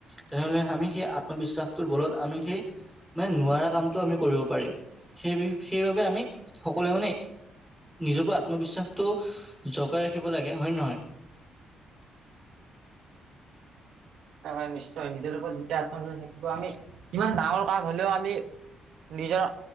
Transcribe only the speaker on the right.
হয়', -হয়', নিশ্চয় নিজৰ ওপৰত যেতিয়া আত্মবিশ্বাস থাকিব আমি যিমান ডাঙৰ কাম হ'লেও আমি নিজৰ